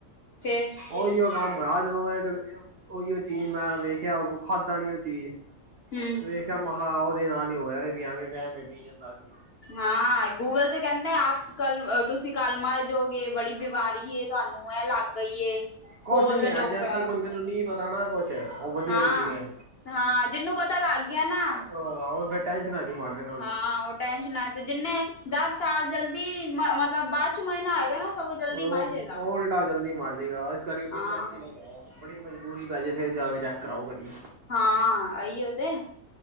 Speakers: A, on the left; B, on the right.
A: ਫੇਰ
B: ਓਹੀਓ ਕੰਮ ਹੋਇਆ ਜਦੋਂ ਇਹ ਓਹੀਓ ਚੀਜ਼ ਮੈਂ ਵੇਖਿਆ ਉਹ ਖਾਧਾ ਨੀ ਉਹ ਚੀਜ਼
A: ਹੂੰ।
B: ਵੇਖਿਆ ਮਹਾ ਉਹਦੇ ਨਾਲ ਹੀ ਹੋ ਰਿਹਾ ਵੀ ਆਵੇਂ ਵੇਮ ਏ ਪਈ ਜਾਂਦਾ ਸੀ।
A: ਹਾਂ ਗੂਗਲ ਤੇ ਕੇਂਦਾ ਆਪ ਕੱਲ ਤੁਸੀਂ ਕੱਲ ਮਾਰ ਜੋੋਗੇ ਬੜੀ ਬਿਮਾਰੀ ਏ ਤੁਹਾਨੂੰ ਐ ਲੱਗ ਪਈ ਏ।
B: ਕੁਛ
A: ਕੋਲ
B: ਨੀ
A: ਦੇ
B: ਹੈ
A: ਡਾਕਟਰ
B: ਜਦ ਤੱਕ ਬੰਦੇ ਨੂੰ ਨੀ ਪਤਾ ਨਾ ਕੁਛ ਓ ਵਧੀਆ
A: ਹਾਂ
B: ਜੀ ਰਿਆ।
A: ਹਾਂ ਜਿਨੂੰ ਪਤਾ ਲੱਗ ਗਿਆ ਨਾ
B: ਹਾਂ ਓ ਤਾ ਟੈਂਨਸ਼ਨਾ ਇਚ ਈ ਮਾਰਜਨ।
A: ਹਾਂ ਉਹ ਟੈਸ਼ਨਾ ਚ ਜਿੰਨੇ ਦੱਸ ਸਾਲ ਜਲਦੀ ਮ ਮਤਲਬ ਬਾਦ ਚ ਮਰਨਾ ਹੈਏਗਾ ਨਾ ਸਗੋਂ ਜਲਦੀ
B: ਓ
A: ਮਰ ਜੇਗਾ
B: ਓਈ ਦਾ ਜਲਦੀ ਮਾਰਜੇਗਾ ਇਸ ਕਰਕੇ ਕੁ
A: ਹਾਂ
B: ਚੈੱਕ ਹੀ ਨਾ ਕਰਾਉ ਬੜੀ ਮਜਬੂਰੀ ਪੈ ਜੇ ਫੇਰ ਜਾ ਕੈ ਚੈੱਕ ਕਰਾਓ ਕਦੀ।
A: ਹਾਂ ਐਈਔ ਤੇ।